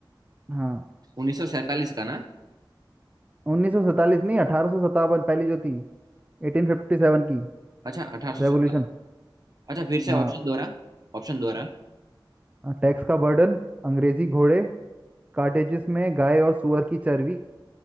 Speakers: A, on the right; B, on the right.
A: हाँ
B: 1947 का ना
A: उन्नीस सौ सैतालीस नहीं अठारह सौ सत्तावन पहली जो थी 1857 की
B: अच्छा 1857
A: रेवोल्यूशन
B: अच्छा फिर से
A: हाँ
B: ऑप्शन दोहरा ऑप्शन दोहरा
A: टैक्स का बर्डन अंग्रेजी घोड़े कार्टेजेस में गाय और सुअर की चर्बी